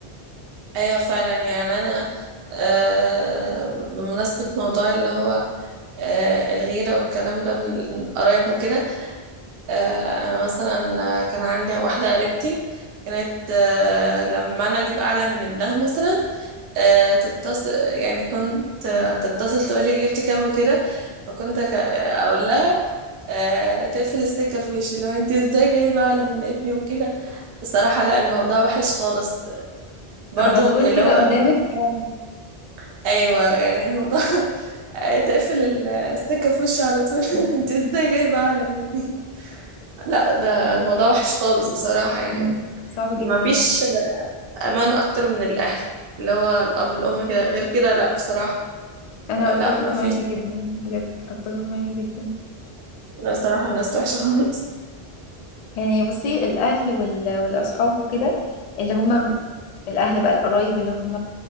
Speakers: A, on the right; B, on the left.
A: أيوة فعلا يعني أنا آه بمناسبة موضوع اللي هو آه الغيرة والكلام ده من القرايب وكده آه، انا مثلا كان عندي واحده قريبتي كانت آه، لما انا اجيب اعلى من ابنها مثلا آه، تتصل يعني كنت آه، تتصل تقولي جبتي كام وكده فكنت أك- اقول لها آه، تقفل السكه في وشي لو انت ازاي جايبه اعلى من ابني وكده بصراحه لا الموضوع وحش خالص برضو
B: على طول
A: اللي
B: كده
A: هو
B: قدامك
A: <laughs> ايوه يعني الموضوع <laughs> آه، تقفل ال- السكه في وشي على طول <laughs> انت ازاي جايبه اعلى من ابني لا ده الموضوع وحش خالص بصراحه يعني
B: مم. صعب
A: مفيش
B: جدا
A: امان اكتر من الاهل اللي هو الاب الام كده غير كده لا بصراحه
B: انا
A: آه،
B: اتفق
A: لا مفيش
B: معاكي جدا بجد اتفق معاكي جدا
A: لا بصراحه الناس وحشه خالص
B: يعني بصي الاهل وال... والاصحاب وكده اللي هم الاهل بقى القرايب اللي هم